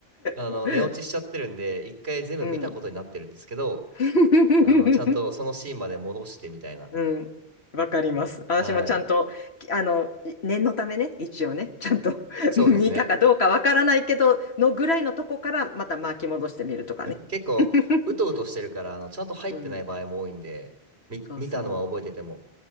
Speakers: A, on the right; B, on the left.
A: あの、
B: <laughs>
A: 寝落ちしちゃってるんで、一回全部見たことになってるんですけど、
B: うん。<laughs>
A: あの、ちゃんとそのシーンまで戻してみたいな。
B: うん。わかります。私もちゃんと、
A: はい。
B: きあの、い念のためね、一応ね、ちゃんと <laughs>
A: そうですね。
B: 見たかどうかわからないけど、のぐらいのとこからまた巻き戻してみるとかね。
A: 結構、
B: <laughs>
A: うとうとしてるから、あの、ちゃんと入ってない場合も多いんで、
B: うん。
A: み、
B: そうそ
A: 見たのは覚えてても。